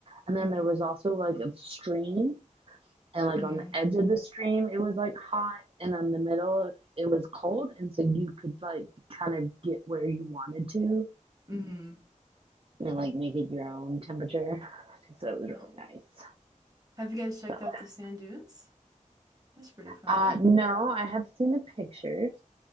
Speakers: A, on the right; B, on the right.
A: and then
B: hmm
A: there was also like a stream, and like
B: hmm
A: on the edge of the stream it was like hot, and on the middle it was cold, and so you could like kind of get where you wanted to
B: hmm
A: and like make it your own temperature. So it was
B: No.
A: really nice.
B: Have you guys checked
A: So
B: out the sand dunes? That's pretty fun.
A: uh no, I have seen the pictures.